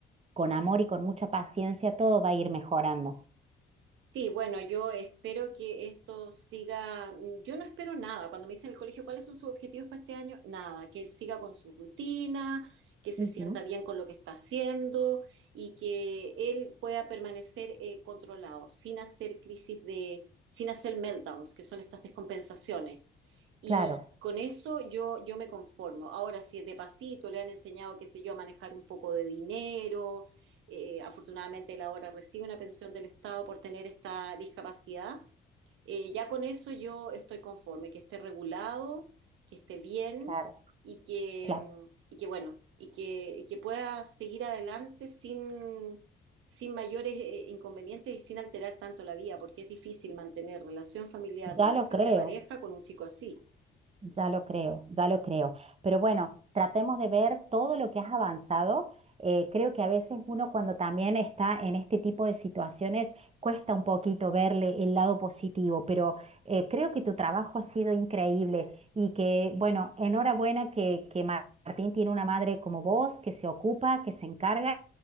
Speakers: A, on the right; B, on the right.
A: con amor y con mucha paciencia, todo va a ir mejorando.
B: Sí, bueno, yo espero que esto siga, yo no espero nada. Cuando me dicen en el colegio cuáles son sus objetivos para este año, nada, que él siga con su rutina, que se
A: Ujú,
B: sienta bien con lo que está haciendo y que él pueda permanecer eh, controlado, sin hacer crisis de, sin hacer meltdowns, que son estas descompensaciones. Y
A: Claro,
B: con eso yo, yo me conformo. Ahora, si de pasito le han enseñado, qué sé yo, a manejar un poco de dinero, eh, afortunadamente él ahora recibe una pensión del Estado por tener esta discapacidad, eh, ya con eso yo estoy conforme, que esté regulado, que esté bien
A: claro,
B: y que,
A: claro.
B: mm, y que bueno, y que, y que pueda seguir adelante sin, sin mayores eh, inconvenientes y sin alterar tanto la vida, porque es difícil mantener relación familiar,
A: Ya
B: relación
A: lo creo.
B: de pareja con un chico así.
A: Ya lo creo, ya lo creo. Pero bueno, tratemos de ver todo lo que has avanzado. Eh, creo que a veces uno cuando también está en este tipo de situaciones cuesta un poquito verle el lado positivo, pero eh, creo que tu trabajo ha sido increíble y que, bueno, enhorabuena que, que Ma- Martín tiene una madre como vos, que se ocupa, que se encarga